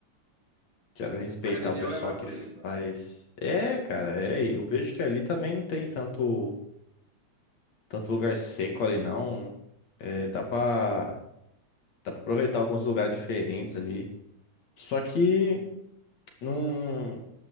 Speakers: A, on the left; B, on the right.
A: quero respeitar
B: Sua religião
A: o pessoal
B: é a natureza.
A: que faz. É, cara, é. e Eu vejo que ali também não tem tanto, tanto lugar seco ali, não. É, dá pra, dá pra aproveitar alguns lugares diferentes ali. Só que não,